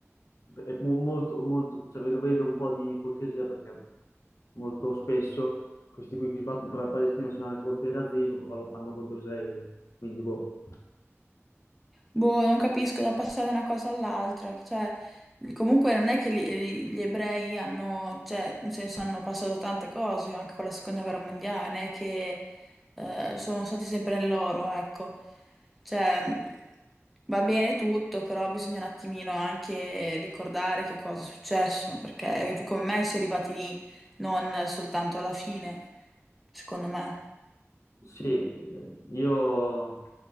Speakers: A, on the left (about 70°); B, in the centre.
A: è mo- molto, molto, cioè, vedo, vedo un po' di ipocrisia perché molto spesso questi qui che sbattono per la Palestina sono contro il razzismo, però lo fanno contro Israele. Quindi, boh.
B: Boh, non capisco da passare da una cosa all'altra, cioè, comunque non è che gli, gli ebrei hanno, cioè, nel senso hanno passato tante cose, anche con la seconda guerra mondiale, non è che eh, sono stati sempre nel loro, ecco. Cioè, va bene tutto, però bisogna un attimino anche ricordare che cosa è successo, perché eh, come mai si è arrivati lì, non soltanto alla fine, secondo me.
A: Sì, eh, io